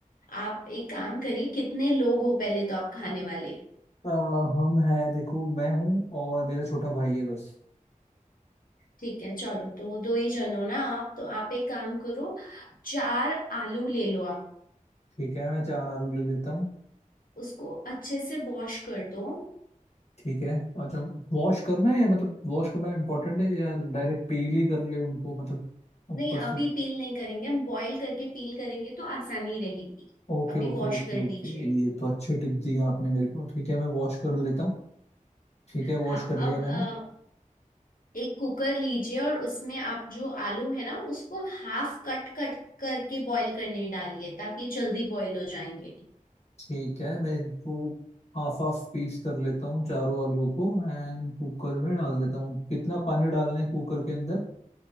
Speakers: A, on the left (about 85°); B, on the left (about 50°).
A: आप एक काम करिए कितने लोग हो पहले तो आप खाने वाले हैं
B: अ, हम हैं देखो मैं हूँ और मेरा छोटा भाई है बस
A: ठीक है चलो तो दो ही जन हो ना आप तो आप एक काम करो चार आलू ले लो आप
B: ठीक है मैं चार आलू ले लेता हूँ
A: उसको अच्छे से वॉश कर दो
B: ठीक है अच्छा वॉश करना है या मतलब वॉश करना इम्पोर्टेंट है या डायरेक्ट पील ही कर ले उनको मतलब ऊपर
A: नहीं
B: से
A: अभी पील नहीं करेंगे हम बॉईल करके पील करेंगे तो आसानी रहेगी
B: ओके
A: अभी
B: ओके
A: वॉश
B: ओके
A: कर
B: ओके
A: दीजिए
B: ये तो अच्छी टिप दी आपने मेरे को ठीक है मैं वॉश कर लेता हूँ ठीक है
A: हाँ
B: वॉश कर
A: अब
B: लिया मैंने
A: अ, एक कुकर लीजिए और उसमें आप जो आलू है ना उसको हाफ कट कट करके बॉईल करने डालिए ताकि जल्दी बॉईल हो जाएंगे
B: ठीक है मैं इनको हाफ हाफ पीस कर लेता हूँ चारों आलूओं को एंड कुकर में डाल देता हूँ कितना पानी डालना है कुकर के अंदर